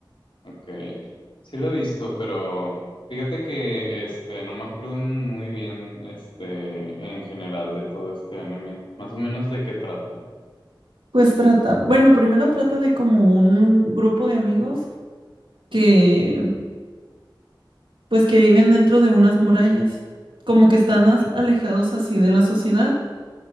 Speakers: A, on the left; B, on the right.
A: Ok, sí lo he visto, pero fíjate que, este, no me acuerdo muy bien, este, en general de todo este anime. Más o menos de qué trata,
B: Pues trata, bueno, primero trata de como un grupo de amigos que, pues que viven dentro de unas murallas, como que están as- alejados así de la sociedad,